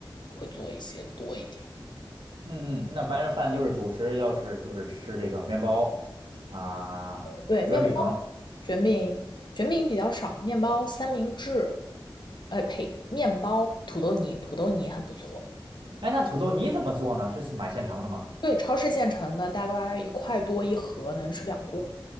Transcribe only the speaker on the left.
会做一些多一点儿。
对，
面包、卷饼、卷饼比较少，面包、三明治，哎呸，面包、土豆泥，土豆泥也很不错。
对，超市现成的，大概一块多一盒，能吃两顿。